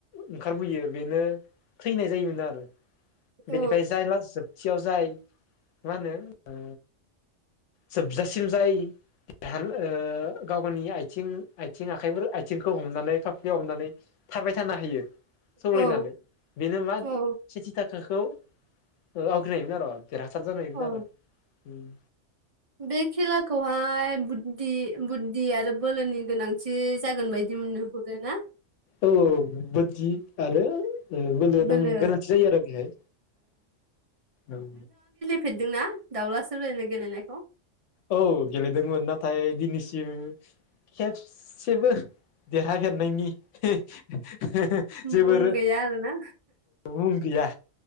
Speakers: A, on the left; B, on the right.
A: ओंखारबोयो बेनो थैनाय जायोमोन आरो।
B: औ
A: बेनिफ्राय जाय लास जोब <unintelligible> जाय मा होनो ओ जोबजासिम जाय हान ओ गाव-गावनि आथिं-आथिं आखाइफोर आथिंखौ हमनानै फाफ्लियाव हमनानै थाबाय थानो हायो। सौलायनानै
B: औ औ
A: बेनो मा
B: औ
A: सेथि थाख खौ ओ आवग्रिनो हायोमोन आरो। देरहासार जानोहायोमोन
B: औ
A: आरो उम।
B: बे खेलाखौहाय बुद्धि बुद्धि आरो बोलोनि गोनांथि जागोन बायदि मोनुहरो ना
A: औ बोदि आरो बोलोनां
B: बोलो
A: गोनांथि जायो आरो बेहाय औ
B: फेरदों ना दाउला सौलायनाय गेलेनायखौ
A: औ गेलेदोंमोन नाथाय दिनैसिम खेबसेबो देरहाफेरनायनि <unintelligible> जोबोर
B: मुं गैया आरोना
A: मुं गैया